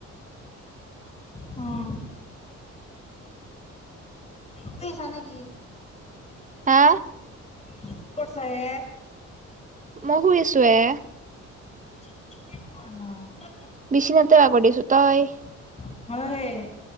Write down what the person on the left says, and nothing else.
উম শুই আছা নেকি?
কি কৰিছা হে?
<inaudible> অ
অ মইয়ো হে